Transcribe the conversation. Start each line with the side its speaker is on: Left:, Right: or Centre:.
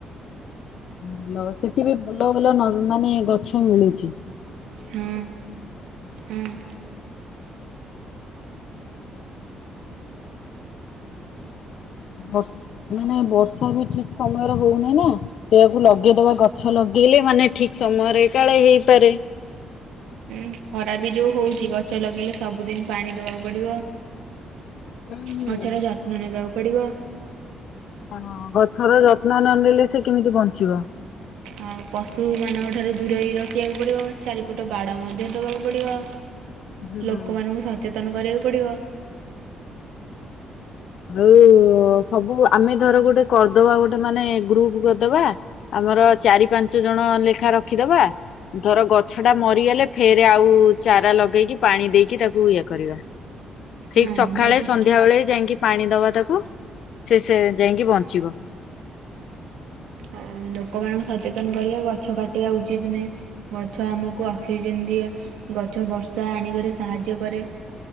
Left: ହଁ ଭଲ ସେଠି ବି ଭଲ ଭଲ ନ ମାନେ ଗଛ ମିଳୁଚି
Right: ହଁ ହଁ।
Left: ବଷ ମାନେ ବର୍ଷା ବି ଠିକ ସମୟରେ ହଉନି ନା ସେଆକୁ ଲଗେଇଦବା ଗଛ ଲଗେଇ ଗେଇଲେ ମାନେ ଠିକ ସମୟରେ କାଳେ ହେଇପାରେ
Right: ହୁଁ। ଖରା ବି ଯୋଉ ହଉଛି ଗଛ ଲଗେଇଲେ ସବୁଦିନ ପାଣି ଦବାକୁ ପଡିବ
Left: ହୁଁ
Right: ଗଛର
Left: ହୁଁ।
Right: ଯତ୍ନ ନେବାକୁ ପଡିବ
Left: ହଁ ଗଛର ଯତ୍ନ ନନେଲେ ସେ କେମିତି ବଞ୍ଚିବ?
Right: ଆଉ ପଶୁମାନଙ୍କ ଠାରୁ ଦୂରେଇ ରଖିବାକୁ ପଡ଼ିବ ଚାରିପଟ ବାଡ଼ ମଧ୍ୟ ଦେବାକୁ ପଡ଼ିବ
Left: ହୁଁ।
Right: ଲୋକମାନଙ୍କୁ ସଚେତନ କରିବାକୁ ପଡିବ
Left: ହୁଁ। ଆଉ ସବୁ ଆମେ ଧର ଗୋଟେ କରିଦବା ଗୋଟେ ମାନେ ଗ୍ରୁପ କରଦବା ଆମର ଚାରି ପାଞ୍ଚ ଜଣ ଲେଖା ରଖିଦବା ଧର ଗଛ ଟା ମରିଗଲେ ଫେରେ ଆଉ ଚାରା ଲଗେଇକି ପାଣି ଦେଇକି ତାକୁ ଇଏ କରିବା
Right: ହଁ
Left: ଠିକ୍ ସକାଳେ
Right: ନିହାତି।
Left: ସନ୍ଧ୍ୟାବେଳେ ଯାଇକି ପାଣିଦବା ତାକୁ ସେ ସେ ଯାଇଁକି ବଞ୍ଚିବ।
Right: ଏଁ ଲୋକମାନଙ୍କୁ ସଚେତନ କରିବା ଗଛ କାଟିଆ ଉଚିତ୍ ନୁହେଁ ଗଛ ଆମକୁ ଅକ୍ସିଜେନ୍ ଦିଏ। ଗଛ ବର୍ଷା ଆଣିବାରେ ସାହାଯ୍ୟ କରେ